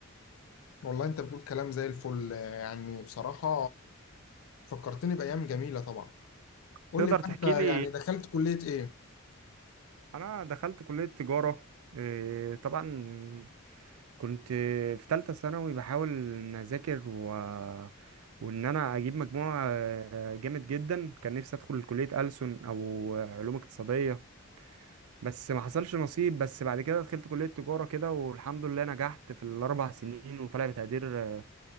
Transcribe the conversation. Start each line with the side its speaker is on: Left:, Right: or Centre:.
Left: والله انت بتقول كلام زي الفل آه، يعني بصراحة فكرتني بأيام جميلة طبعا قول
Right: تقدر
Left: لي بقى
Right: تحكي
Left: انت
Right: لي
Left: يعني دخلت كلية ايه؟
Right: أنا دخلت كلية تجارة إيه، طبعا كنت في تالتة ثانوي بحاول إن أذاكر و... وإن أنا أجيب مجموع آه، جامد جدا كان نفسي أدخل كلية ألسن أو علوم اقتصادية بس ما حصلش نصيب بس بعد كده دخلت كلية تجارة كده والحمد لله نجحت في الأربع سنين وطلع بتقدير آه،